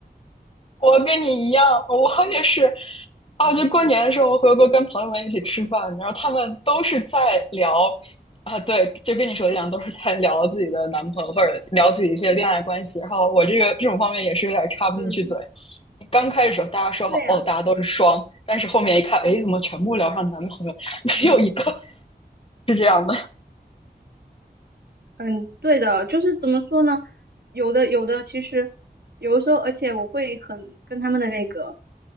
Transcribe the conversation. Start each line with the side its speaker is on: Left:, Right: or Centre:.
Left: 我跟你一样，我也是。啊，就过年的时候，我回国跟朋友们一起吃饭，然后他们都是在聊啊，对，就跟你说的一样，都是在聊自己的男朋友或者聊自己一些恋爱关系。然后我这个这种方面也是有点插不进去嘴。
Right: 嗯，
Left: 刚开始的时候大家说好哦，
Right: 对呀，
Left: 大家都是双，但是后面一看，哎，怎么全部聊上男朋友，<laughs> 没有一个
Right: 嗯。
Left: 是这样的。
Right: 嗯，对的，就是怎么说呢？有的有的，其实有的时候，而且我会很跟他们的那个